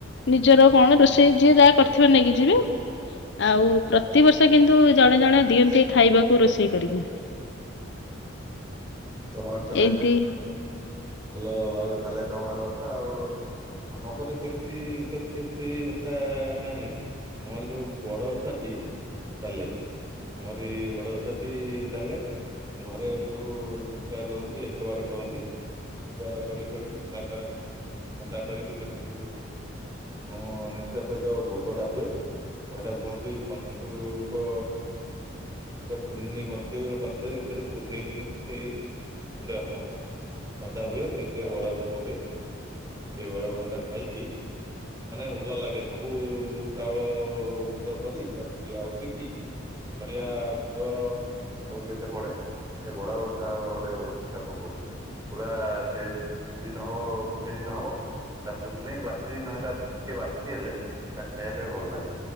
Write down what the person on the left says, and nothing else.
ନିଜର କଣ ରୋଷେଇ ଯିଏ ଯାହା କରିଥିବେ ନେଇକି ଯିବେ ଆଉ ପ୍ରତିବର୍ଷ କିନ୍ତୁ ଜଣେ ଜଣେ ଦିଅନ୍ତି ଖାଇବାକୁ ରୋଷେଇ କରିକି
ଏମିତି